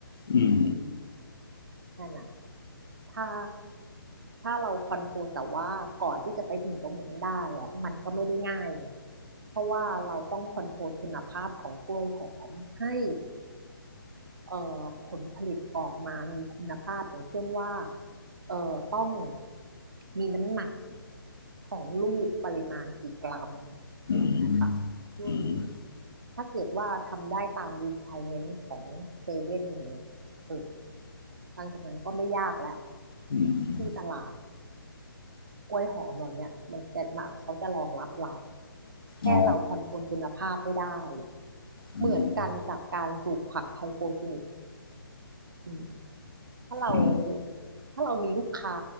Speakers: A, on the left; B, on the right.
A: อืม
B: อืมนั่นน่ะถ้าถ้าเราคอนโทรลแต่ว่าก่อนที่จะไปถึงตรงนั้นได้อะมันก็ไม่ได้ง่ายไงเพราะว่าเราต้องคอนโทรลคุณภาพของกล้วยหอมให้ เอ่อผลผลิตออกมามีคุณภาพอย่างเช่นว่าเอ่อต้องมีน้ำหนักของลูกปริมาณกี่กรัม
A: อืม
B: อย่างเงี้ยค่ะอืม
A: อืม
B: ถ้าเกิดว่าทำได้ตาม requirement ของเซเว่นเนี่ยเออหลังจากนั้นก็ไม่ยากแล้ว
A: อืม
B: ที่ตลาดกล้วยหอมเราเนี่ยมันจะมาเขาจะรองรับเราแค่เราคอนโทรลคุณภาพให้ได้
A: อ๋ออืม
B: เหมือนกันกับการปลูกผักไฮโปรจีนิกอืม ถ้าเรา
A: อืม
B: ถ้าเรามีลูกค้า